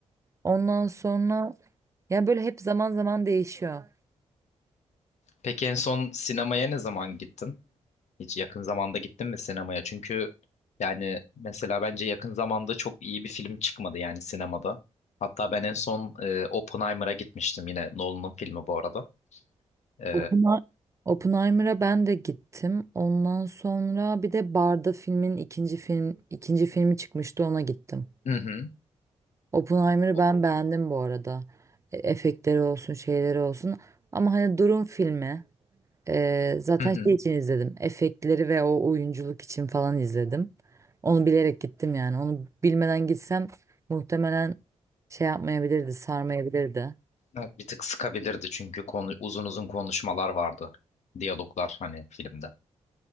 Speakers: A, on the right; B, on the left.
A: Ondan sonra yani böyle hep zaman zaman değişiyor.
B: Peki en son sinemaya ne zaman gittin? Hiç yakın zamanda gittin mi sinemaya? Çünkü yani mesela bence yakın zamanda çok iyi bir film çıkmadı yani sinemada. Hatta ben en son e, Oppenheimer'a gitmiştim yine Nolan'ın filmi bu arada. E,
A: Oppena- Oppenheimer'a ben de gittim. Ondan sonra bir de Barda filmin ikinci film ikinci filmi çıkmıştı ona gittim.
B: hı hı.
A: Oppenheimer'ı
B: O-
A: ben beğendim bu arada. E, Efektleri olsun, şeyleri olsun. Ama hani durum filmi. Ee, zaten
B: Hı hı.
A: şey için izledim. Efektleri ve o oyunculuk için falan izledim. Onu bilerek gittim yani. Onu bilmeden gitsem muhtemelen şey yapmayabilirdi, sarmayabilirdi.
B: Evet, bir tık sıkabilirdi çünkü konu, uzun uzun konuşmalar vardı. Diyaloglar hani filmde.